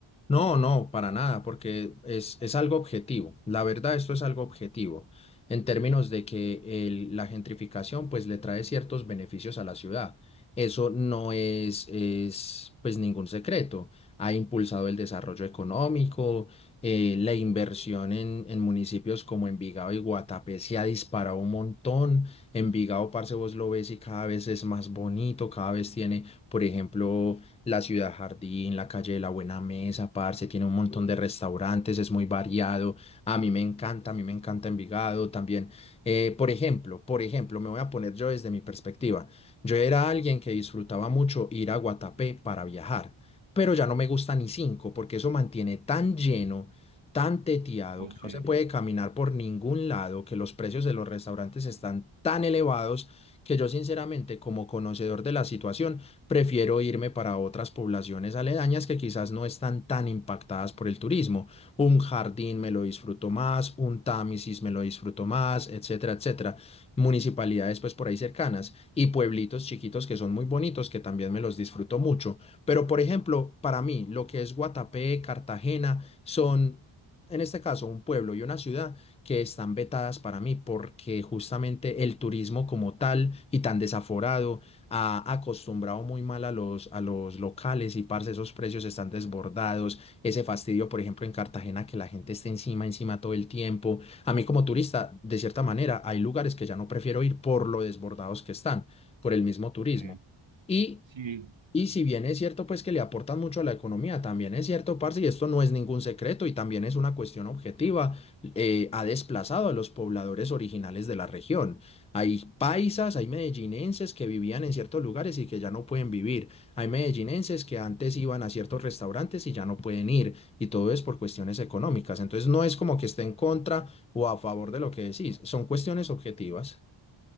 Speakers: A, on the left; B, on the right.
A: No, no, para nada, porque es, es algo objetivo. La verdad, esto es algo objetivo en términos de que el- la gentrificación pues le trae ciertos beneficios a la ciudad. Eso no es, es pues ningún secreto. Ha impulsado el desarrollo económico, eh, la inversión en, en municipios como Envigado y Guatapé se ha disparado un montón. Envigado, parce, vos lo ves y cada vez es más bonito, cada vez tiene, por ejemplo, la Ciudad Jardín, la calle de la Buena Mesa, parce, tiene un montón de restaurantes, es muy variado. A mí me encanta, a mí me encanta Envigado también. Eh, por ejemplo, por ejemplo, me voy a poner yo desde mi perspectiva. Yo era alguien que disfrutaba mucho ir a Guatapé para viajar, pero ya no me gusta ni cinco, porque eso mantiene tan lleno tan teteado
B: O No.
A: que
B: si,
A: no se puede caminar por ningún lado, que los precios de los restaurantes están tan elevados que yo sinceramente como conocedor de la situación prefiero irme para otras poblaciones aledañas que quizás no están tan impactadas por el turismo. Un jardín me lo disfruto más, un Támesis me lo disfruto más, etcétera, etcétera. Municipalidades pues por ahí cercanas y pueblitos chiquitos que son muy bonitos que también me los disfruto mucho. Pero por ejemplo, para mí lo que es Guatapé, Cartagena, son en este caso, un pueblo y una ciudad que están vetadas para mí porque justamente el turismo como tal y tan desaforado ha acostumbrado muy mal a los, a los locales y parce, esos precios están desbordados, ese fastidio, por ejemplo, en Cartagena, que la gente está encima, encima todo el tiempo. A mí como turista, de cierta manera, hay lugares que ya no prefiero ir por lo desbordados que están, por el mismo turismo.
B: eh,
A: Y
B: si
A: y si bien es cierto, pues que le aportan mucho a la economía, también es cierto, parce, y esto no es ningún secreto y también es una cuestión objetiva, eh, ha desplazado a los pobladores originales de la región. Hay paisas, hay medellinenses que vivían en ciertos lugares y que ya no pueden vivir. Hay medellinenses que antes iban a ciertos restaurantes y ya no pueden ir. Y todo es por cuestiones económicas. Entonces no es como que esté en contra o a favor de lo que decís, son cuestiones objetivas.